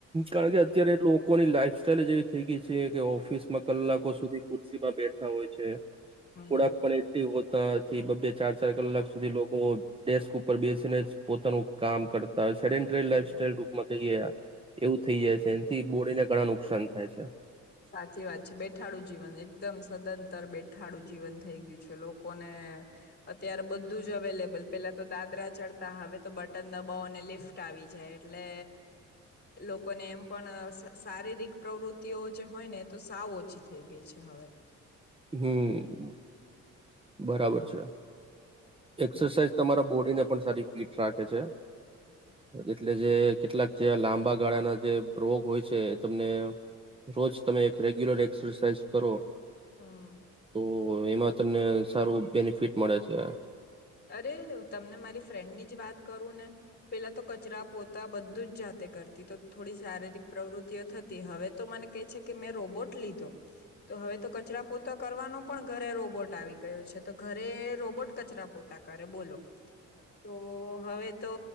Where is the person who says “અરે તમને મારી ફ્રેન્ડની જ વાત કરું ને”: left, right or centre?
Left